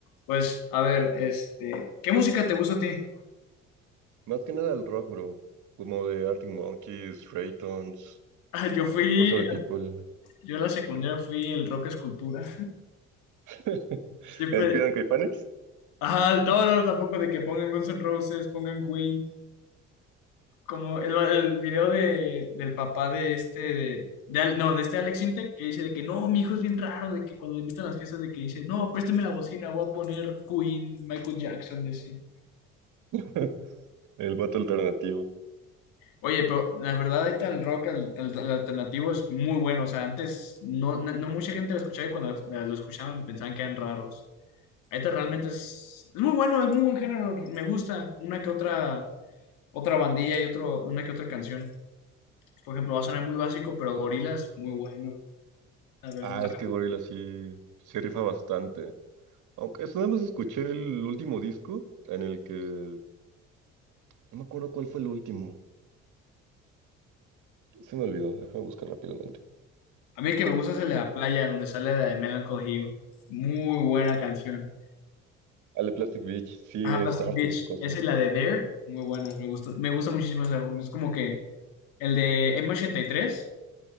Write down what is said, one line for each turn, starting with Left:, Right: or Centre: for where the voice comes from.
Left: Pues, a ver, este, ¿qué música te gusta a ti?
Right: Más que nada el rock, bro. Como de Arctic Monkeys, Raytons,
Left: Ah, Yo fui,
Right: Foster People.
Left: yo en la secundaria fui el rock escultura.
Right: <laughs>
Left: Siempre,
Right: ¿El Pidan Caifanes?
Left: ajá, no, no, tampoco de que pongan Guns N' Roses, pongan Queen, como el, el video de, del papá de este, de, de Al- no, de este Alex Intec, que dice de que no, mi hijo es bien raro, de que cuando lo invitan a las fiestas, de que dice, no, préstame la bocina, voy a poner Queen, Michael Jackson, y así.
Right: <laughs> El vato alternativo.
Left: Oye, pero la verdad ahorita el rock, el, el- el alternativo es muy bueno. O sea, antes no, no, no mucha gente lo escuchaba y cuando lo lo escuchaban pensaban que eran raros. Ahorita realmente es, es muy bueno, es muy buen género. Me gusta una que otra, otra bandilla y otro, una que otra canción. Por ejemplo, va a sonar muy básico, pero Gorillaz, muy bueno, la verdad.
Right: Ah, es que Gorilla sí, sí rifa bastante. Aunque eso nada más escuché el último disco en el que... No me acuerdo cuál fue el último. Se me olvidó, déjame buscar rápidamente.
Left: A mí el que me gusta es el de la playa, donde sale la de Melancholy Hill. Muy buena canción.
Right: Ale de Plastic Beach, sí
Left: Ajá,
Right: es
Left: Plastic
Right: arte
Left: Beach.
Right: esa cosa.
Left: Esa es la de There. Muy buena, me gusta, me gusta muchísimo ese álbum. Es como que el de m ochenta y tres